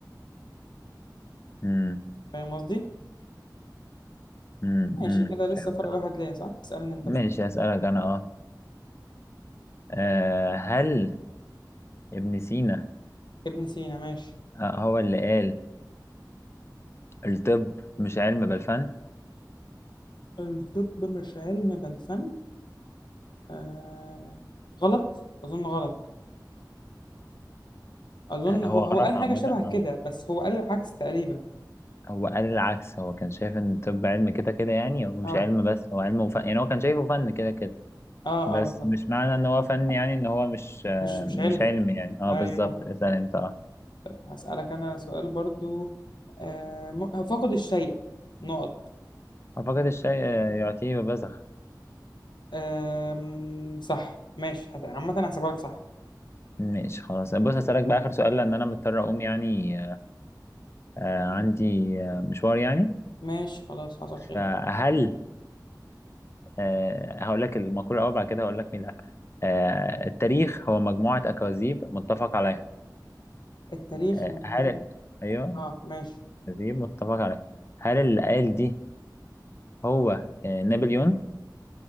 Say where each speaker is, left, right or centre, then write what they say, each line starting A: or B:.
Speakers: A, on the left; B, on the left.
A: مم.
B: فاهم قصدي؟
A: مم.
B: ماشي
A: مم.
B: كده لسه
A: فهمت
B: فرق واحد
A: أه
B: ليا صح؟ اسألني أنت
A: ماشي
B: بقى
A: هسألك أنا أه آه، هل ابن سينا
B: ابن سينا ماشي
A: آه، هو اللي قال الطب مش علم بل فن؟
B: الطب مش علم بل فن آه... غلط أظن غلط اظن
A: آه،
B: هو
A: هو
B: هو
A: غلط
B: قال حاجه
A: عامة
B: شبه كده
A: أه
B: بس هو قال العكس تقريبا
A: هو قال العكس هو كان شايف إن الطب علم كده كده يعني هو مش
B: اه
A: علم بس هو علم وفن يعني هو كان شايفه فن كده كده
B: اه
A: بس
B: اه بالظبط
A: مش معنى إن هو فن يعني إن هو مش آه،
B: مش مش
A: مش
B: علمي
A: علم يعني أه
B: ايوه
A: بالظبط اسأل أنت أه
B: هسألك انا سؤال برضو آه م- فقد الشيء نقط
A: أعتقد الشيء آه، يعطيه وبزخ
B: آم، صح ماشي هت- عامه هحسبها لك صح
A: ماشي خلاص بص هسألك بقى آخر سؤال لأن أنا مضطر أقوم يعني آه عندي آه مشوار يعني
B: ماشي خلاص حصل خير
A: فهل آه هقول لك المقولة الأول بعد كده هقول لك مين اللي قالها. آه التاريخ هو مجموعة أكاذيب متفق عليها
B: التاريخ
A: آه
B: ومجموعة
A: هل ال- أيوه
B: اه ماشي
A: أكاذيب متفق عليها هل اللي قال دي هو آه نابليون